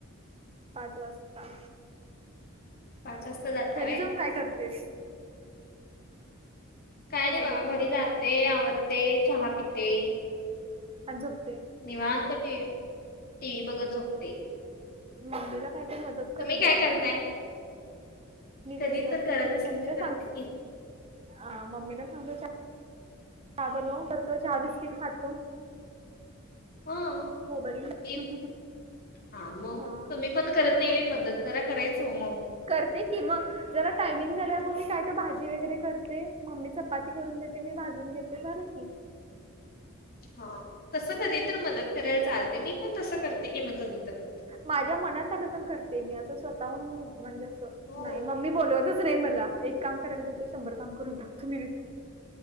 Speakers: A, on the right (about 30°); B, on the left (about 45°).
A: पाच वाजता,
B: पाच वाजता जाताय
A: घरी
B: व्हय
A: जाऊन काय करतेस?
B: काय नाही
A: हॅलो
B: बाबा घरी जाते, आवरते, चहा पिते
A: आणि झोपते.
B: निवांत टी, टी वी बघत झोपते.
A: मम्मीला काही तरी मदत करत
B: तुम्ही काय
A: जा
B: करताय
A: ग. मी घरी
B: कधी
A: जाते
B: तर गरज असली
A: मम्मीला
B: तर करते
A: सांग
B: की
A: हा मम्मीला सांगतो च, चहा बनव तर तो चहा बिस्किट खातो.
B: हा
A: मोबाईल घेऊन.
B: मी, हा मग
A: हा
B: तुम्ही पण करत नाही वय मदत, जरा करायचं हो मग.
A: करते किंवा जरा टायमिंग झाल्या मग मी काय ते भाजी वगैरे करते मम्मी चपाती करून देते मी भाजून घेते. मग झालं की.
B: <inaudible> ह तसं कधी तर मदत करायला चालते मी पण तसं करते की मग कधी तर.
A: माझ्या मनात आलं तर करते मी असं स्वतःहून म्हणजे असं
B: हो
A: नाही मम् मी बोलवतच नाही मला एक काम करायला जातो शंभर काम करून दो तुम्ही तो.